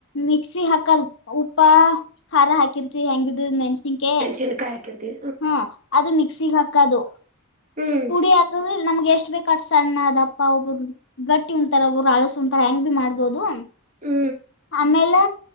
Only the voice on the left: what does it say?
ಮಿಕ್ಸಿ ಹಾಕಲ್ ಉಪ್ಪ ಹರ ಹಾಕಿರ್ತಿರಿ ಹೆಂಗಿಡ್ರು ಮೆಣಸಿನ್ಕ
ಹಾ ಅದು ಮಿಕ್ಸಿಗ್ ಹಾಕದು
ಪುಡಿ ಇ ನಮ್ಗೆ ಎಷ್ಟು ಬೇಕಾ ಸಣ್ಣ ಅದ ಅಪ್ಪ ಒಬ್ಬರು್ದ ಗಟ್ಟಿ ಉಂಂತರ ಒರು ಅಳಸ ಉಂತರ ಹೆಂಗ್ ಭಿ ಮಾಡ್ಬೋದು
ಆಮೇಲೆ